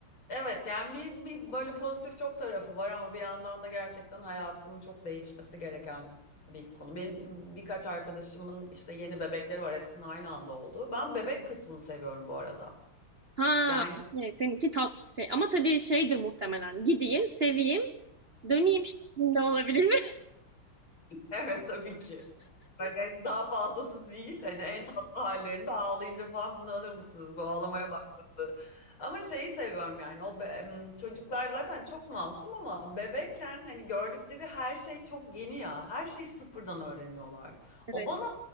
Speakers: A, on the left (about 65°); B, on the right (about 40°).
A: Evet yani bir, bir böyle pozitif çok tarafı var ama bir yandan da gerçekten hayatının çok değişmesi gereken bir konu. Benim birkaç arkadaşımın işte yeni bebekleri var hepsinin aynı anda olduğu. Ben bebek kısmını seviyorum bu arada.
B: Ha,
A: Yani
B: okey. Seninki tat şey. Ama tabii şeydir muhtemelen. Gideyim, seveyim, döneyim şeklinde olabilir mi?
A: Evet tabii ki. Böyle hani daha fazlası değil. Hani en tatlı hallerinde ağlayınca falan bunu alır mısınız? Bu ağlamaya başladı. Ama şeyi seviyorum yani. O be- m, çocuklar zaten çok masum ama bebekken hani gördükleri her şey çok yeni ya. Her şeyi sıfırdan öğreniyorlar.
B: <laughs> Evet.
A: O bana